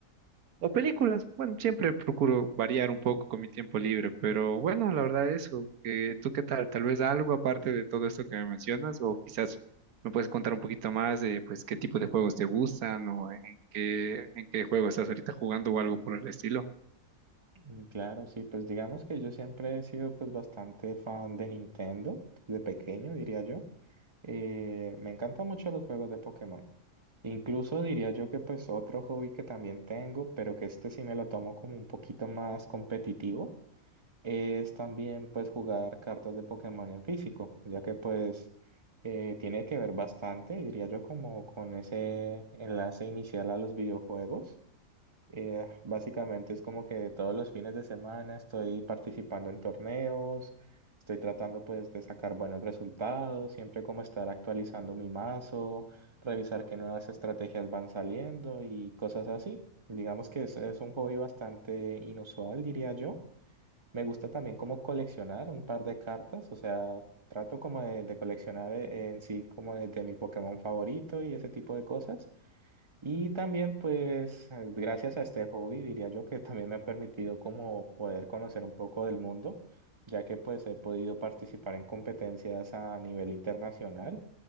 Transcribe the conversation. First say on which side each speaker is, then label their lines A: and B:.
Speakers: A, on the right (about 75°); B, on the right (about 20°).
A: o películas, bueno, siempre procuro variar un poco con mi tiempo libre, pero bueno, la verdad eso, que tú qué tal, tal vez algo aparte de todo esto que me mencionas, o quizás me puedes contar un poquito más de pues qué tipo de juegos te gustan o en qué, en qué juego estás ahorita jugando o algo por el estilo.
B: Mm, Claro, sí, pues digamos que yo siempre he sido pues bastante fan de Nintendo, de pequeño diría yo. Eh, me encantan mucho los juegos de Pokémon. Incluso diría yo que pues otro hobby que también tengo, pero que este sí me lo tomo como un poquito más competitivo es también pues jugar cartas de Pokémon en físico, ya que pues eh, tiene que ver bastante, diría yo, como con ese enlace inicial a los videojuegos. Eh, básicamente es como que todos los fines de semana estoy participando en torneos, estoy tratando pues de sacar buenos resultados, siempre como estar actualizando mi mazo, revisar qué nuevas estrategias van saliendo y cosas así. Digamos que es, es un hobby bastante inusual, diría yo me gusta también como coleccionar un par de cartas, o sea, trato como de, de coleccionar eh, en sí como de, de mi Pokémon favorito y ese tipo de cosas. Y también pues eh, gracias a este hobby diría yo que también me ha permitido como poder conocer un poco del mundo, ya que pues he podido participar en competencias a nivel internacional.